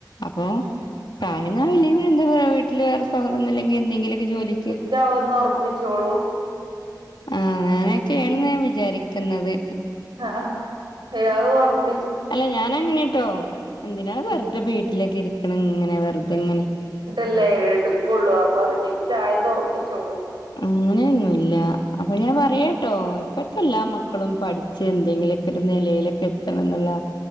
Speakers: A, on the left; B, on the right.
A: അപ്പൊ പ്രായെന്നാ വില എന്താ പറ വീട്ടിൽ വേറെ പോകലുന്നിലെങ്കിൽ എന്തങ്കിലൊരു ജോലിക്ക്
B: <unintelligible> ആവുന്ന് ഉറപ്പിച്ചോളൂ.
A: ആഹ അങ്ങനൊക്കെയാണ് ഞാൻ വിചാരിക്കുന്നത്.
B: ആഹ ഇയാൾ ഉറപ്പ്
A: അല്ല ഞാന് അങ്ങനെട്ടോ എന്തിനാ വെറുതെ വീട്ടിലേക്ക് ഇരിക്കണ ഇങ്ങനെ വെറുതെ ഇങ്ങനെ
B: ല്ലേ എടുക്കുള്ളൂ അപ്പൊ റിജക്ട് ആയത് ഉറപ്പിച്ചോളൂ.
A: അങ്ങനെല്ല. അപ്പൊ ഞാൻ പറയാട്ടോ ഇപ്പറ്റ എല്ലാ മക്കളും പഠിച്ച് എന്തെങ്കിലുക്കെ ഒരു നിലയിലൊക്കെത്തി. ത്തന്ന